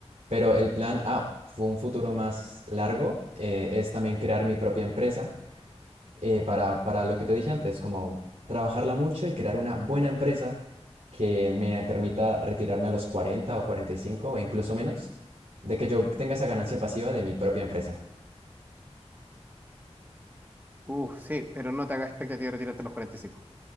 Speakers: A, on the right; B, on the right.
A: Pero el plan A, fue un futuro más largo, eh, es también crear mi propia empresa eh, para, para lo que te dije antes, como trabajarla mucho y crear una buena empresa que me permita retirarme a los 40 o 45 o incluso menos, de que yo tenga esa ganancia pasiva de mi propia empresa.
B: Uf, sí, pero no te hagas expectativa de retirarte a los cuarenta y cinco